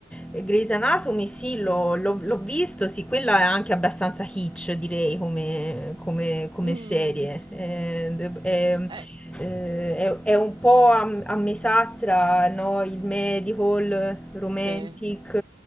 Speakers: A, in the centre; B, on the right.
A: eh, Grey's Anatomy, sì, l'ho l'ho- l'ho visto, sì, quella è anche abbastanza hitch, direi, come, come- come
B: Mm,
A: serie. Eh, de- È,
B: eh,
A: eh, è- è un po' a, a metà tra, no, il medical, romantic,
B: sì.